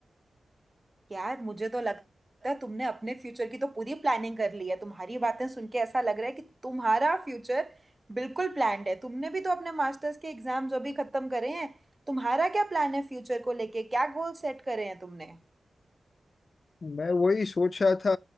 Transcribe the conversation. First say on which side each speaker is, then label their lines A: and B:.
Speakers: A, on the right; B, on the left.
A: यार मुझे तो लगता है तुमने अपने फ्यूचर की तो पूरी प्लानिंग कर ली है तुम्हारी बातें सुन के ऐसा लग रहा है कि तुम्हारा फ्यूचर बिल्कुल प्लान्ड है तुमने भी तो अपने मास्टर्स के एग्जाम्स अभी खत्म करे हैं तुम्हारा क्या प्लान है फ्यूचर को लेके क्या गोल सेट करे हैं तुमने
B: मैं वही सोच रहा था